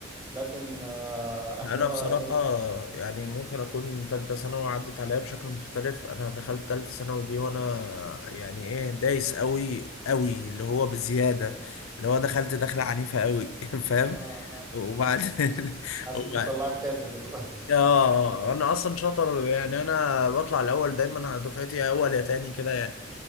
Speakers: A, on the right; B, on the left.
A: لكن آه،
B: انا
A: احنا بقى
B: بصراحه
A: ايه
B: يعني ممكن اكون تالتة ثانوي عدت عليا بشكل مختلف انا دخلت تالتة ثانوي دي وانا يعني ايه دايس قوي قوي اللي هو بزياده اللي هو دخلت دخله عنيفه قوي <laughs> فاهم
A: آه آه <laughs>
B: وبعد <laughs>
A: عايزين
B: وبعد
A: تطلع الكلب اللي جواك
B: اه
A: <laughs>
B: انا اصلا شاطر يعني انا بطلع الاول دايما على دفعتي يا اول يا تاني كده يعني